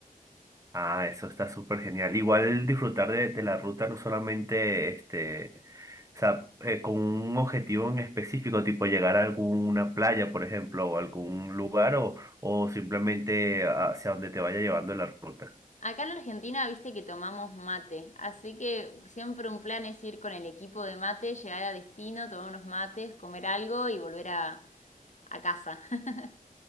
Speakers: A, on the right; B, on the left.
A: Ah, eso está súper genial. Igual disfrutar de, de la ruta, no solamente este, o sea, eh, con un objetivo en específico, tipo llegar a alguna playa, por ejemplo, o algún lugar, o, o simplemente hacia donde te vaya llevando la ruta.
B: Acá en Argentina, viste que tomamos mate, así que siempre un plan es ir con el equipo de mate, llegar a destino, tomar unos mates, comer algo y volver a, a casa. <laughs>